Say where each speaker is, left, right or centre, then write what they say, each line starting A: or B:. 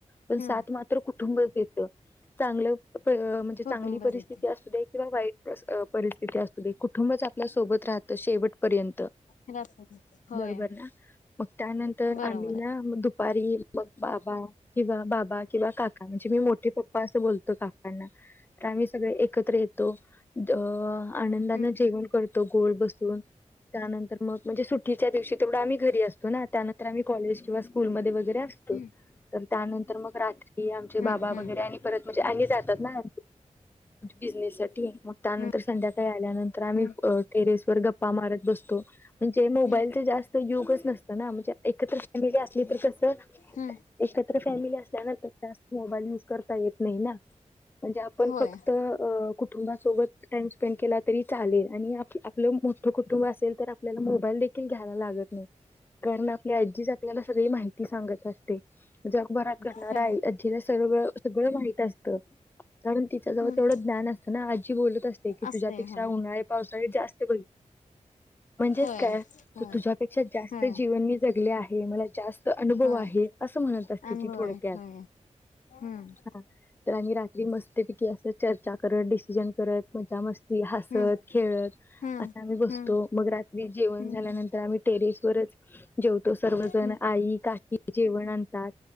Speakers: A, on the left; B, on the left.
A: पण
B: हम्म
A: सात मात्र कुटुंबच येत चांगलं म्हणजे
B: कुटुंब
A: चांगली परिस्थिती
B: रीती
A: असू दे किंवा वाईट परिस्थिती असू दे कूठं बंच आपल्या सोबत राहतं शेवट पर्यंत
B: रात्री होय
A: बरोबर ना. त्यानंतर
B: बरोबर
A: आम्ही ना
B: आहे
A: दुपारी मग बाबा किंवा बाबा किंवा काका म्हणजे मी मोठे पप्पा असं बोलतो का कांणा आम्ही सगळे एकत्र येतो. द आनंदाने
B: हम्म
A: जेवण करतो गोल बसून त्यानंतर मग म्हणजे सुटीच्या दिवशी तेवढं आम्ही घरी असतो ना त्यानंतर आम्ही काॅलेज किंवा स्कूलमध्ये वगैरे असतो.
B: हम्म
A: तर त्यानंतर मग रात्री आमचे
B: हम्म
A: बाबा
B: हम्म
A: वगैरे आणि परत म्हणजे आणि जातात ना, बिझनेस साठी मग त्यानंतर
B: हम्म
A: संध्याकाळी आल्यानंतर आम्ही
B: हम्म
A: टेरेस वर गप्पा मारत बसतो म्हणजे मोबाईल
B: हम्म
A: जास्त युज च नसतं ना. म्हणजे एकत्र फॅमिली तर कस
B: हम्म
A: एकत्र फॅमिली असल्यानंतर जास्त मोबाईल युज करता येत नाही ना म्हणजे आपण
B: होय
A: फक्त कुटुंबात सोबत टाईम स्पेंड केला तरी चालेल आणि आप आपलं मोठं कुटुंब असेल तर आपल्याला मोबाईल देखील घ्या यला लागत नाही. कारण आपली आजी आपल्याला सगळी माहिती सांगत असते. जगभरात घडणार
B: होय
A: आहे अजीला सगळ सगळं माहित असते. होय कारण तिच्याजवळ
B: हम्म
A: तेवढं ज्ञान असतं ना आजी बोलत असते की
B: असतय
A: तुझ्यापेक्षा
B: होय
A: उन्हाळे पावसाळी जास्त म्हणजेच
B: होय
A: काय
B: होय
A: तुझ्यापेक्षा जास्त
B: होय
A: जीवन मी जगले आहे. मला जास्त अनुभव
B: होय
A: आहे. असं म्हणत असते
B: अनुभव
A: ती थोडक्यात,
B: आहे होय हम्म
A: हा तर आणि रात्री मस्त त्यापैकी असं चर्चा करत डिसिजन करत मजा मस्ती हसत
B: हम्म
A: खेळत
B: हम्म
A: असा आम्ही बसतो
B: हम्म
A: मग रात्री जेवण
B: हम्म
A: झाल्यानंतर आम्ही टेरेसवरच जेवतो सर्वजण
B: हम्म
A: आई, काकी जेवण आणतात